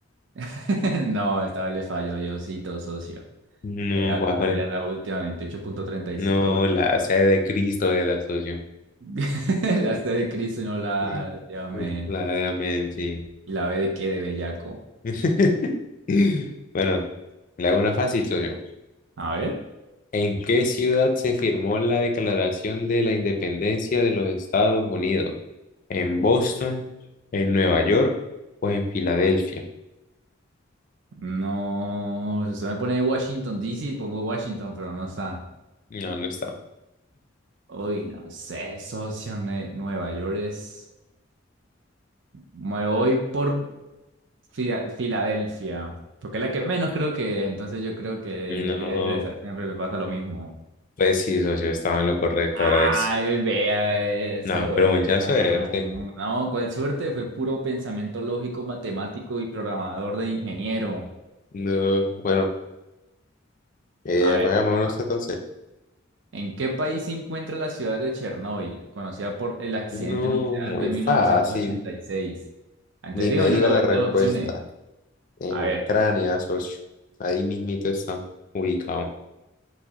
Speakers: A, on the right (about 60°); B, on the left (about 40°).
A: <laughs> No, esta vez le falló Diosito, socio.
B: No,
A: Era
B: ¿cuál-
A: la,
B: cuál?
A: era
B: es?
A: la última, 28.35
B: No,
A: gramos.
B: la C de Cristo era, socio.
A: <laughs> La C de Cristo y no la
B: <laughs>
A: de amén.
B: La de amén, sí.
A: ¿Y la B de qué? De bellaco.
B: <laughs> Bueno, le hago una fácil, socio.
A: A ver.
B: ¿En qué ciudad se firmó la Declaración de la Independencia de los Estados Unidos? ¿En Boston, en Nueva York o en Filadelfia?
A: No, si usted me pone Washington D. C. pongo Washington, pero no está.
B: No, no está.
A: Uy, no sé, socio, ne- Nueva York es... Me voy por Fia- Filadelfia, porque es la que menos creo que es, entonces yo creo que debe
B: No,
A: ser esa. Siempre me pasa lo mismo.
B: pues sí, socio, estaba en lo correcto,
A: Ay,
B: era eso.
A: vea eso,
B: No, pero
A: vea.
B: mucha suerte.
A: No, cuál suerte, fue puro pensamiento lógico, matemático y programador de ingeniero.
B: No, bueno, eh,
A: A ver,
B: pues
A: ven
B: hagámonos entonces.
A: ¿en qué país se encuentra la ciudad de Chernóbil, conocida por el accidente
B: No,
A: nuclear
B: muy
A: de 1986?
B: fácil.
A: Entonces
B: Ni
A: dígame,
B: me diga
A: no le voy
B: la
A: a
B: respuesta.
A: dar las opciones.
B: En
A: A
B: Ucrania,
A: ver,
B: socio. Ahí mismito está ubicado.